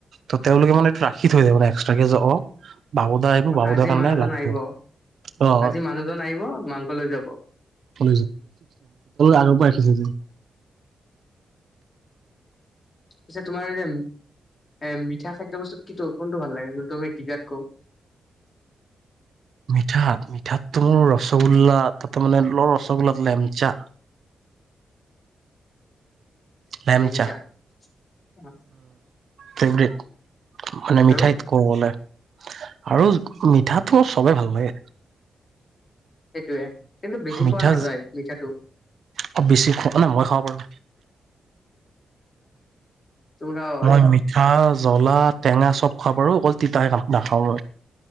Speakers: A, on the right; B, on the left.
A: ত, তেওঁলোকে আনে এইটো ৰাখি থৈ যায়। মানে্সট্ৰাক কে অ, বাবুদা আহিব বাবুদাৰ
B: আজি
A: কাৰণে
B: মানুহজন
A: লাগব
B: আহিব
A: অ
B: আজি মানুহজন আহিব মাংসলৈ যাব।
A: ফ্ আগ ৰাখিছ।
B: পিছে তোমাৰ যে এ মিঠা খাদ্য বস্তুত কিটো কোনটো ভাল লাগে। যোনটো তুমি কগাত ক
A: মিঠাত মিঠাতো মোৰ ৰসগোল্লা তাতে মানে ল ৰসগোল্লাত লেমচা লেমচা
B: লেংচা অ
A: ফেবট মানে মিঠাই
B: আৰু
A: কবলে আৰু মিঠাটো চবে ভাল লাগে।
B: সেইটোয়ে কিন্তু বেছি
A: মিঠা
B: খোৱা নাযায়। মিঠাটো
A: <unintelligible> বেছি খওঁ মে মই খাব পাৰো।
B: তুমি খাব পাৰা
A: মই মিঠা জ্বলা টেঙা চব খাব পাৰো অকল তিতাহে কাম নাখাও ন